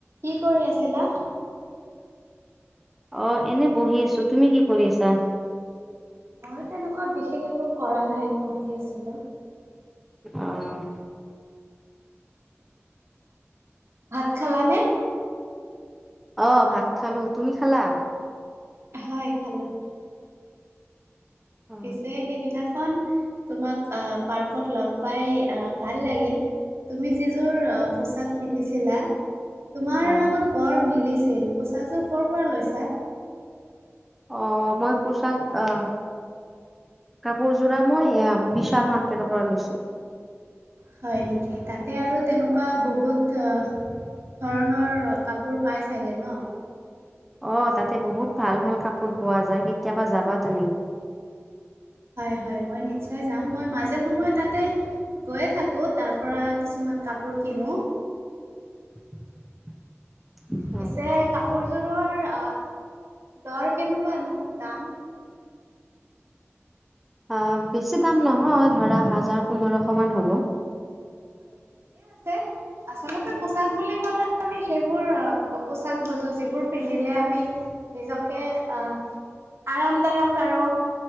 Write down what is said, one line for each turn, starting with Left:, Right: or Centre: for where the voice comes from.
Right: কি কৰি আছিলা?
Centre: অ' এনে বহি আছো তুমি কি কৰি আছা
Right: মই তেনেকুৱা বিশেষ একো কৰা নাই পঢ়ি আছিলো
Centre: অহ
Right: ভাত খালা নে?
Centre: অ' ভাত খালো তুমি খালা
Right: হয় খালো
Centre: অ
Right: পিছে সেইদিনাখন তোমাক আহ পাৰ্কত লগ পাই আহ ভাল লাগিল তুমি যিযোৰ পোচাক পিন্ধিছিলা তোমাৰ
Centre: হয়
Right: তোমাক বৰ মিলিছিল পোছাকযোৰ কৰ' পৰা লৈছা।
Centre: অ' মই পোচাক অহ' কাপোৰযোৰা মই বিশাল মাৰ্কেটৰ পৰা লৈছো
Right: হয় নেকি তাতে আৰু তেনেকুৱা বহুত ধৰণৰ কাপোৰ পাই চাগে ন'
Centre: অ' তাতে বহুত ভাল ভাল কাপোৰ পোৱা যায় কেতিয়াবা যাবা তুমি
Right: হয় হয় মই নিশ্চয় যাম মই মাজে সময়ে তাতে গৈয়ে থাকো তাৰ পৰা কিছুমান কাপোৰ কিনো
Centre: <inaudible> অ
Right: পিছে কাপোৰযোৰৰ আহ দৰ কেনেকুৱানো দাম
Centre: আহ' বেছি দাম নহয় ধৰা হাজাৰ পোন্ধৰশমান হ'ব।
Right: হয় ঠিকে আছে। আচলতে পোচাক বুলি কলে আমি সেইবোৰ পোচাক বোজো যিবোৰ পিন্ধিলে আমি নিজকে আহ আৰামদায়ক আৰু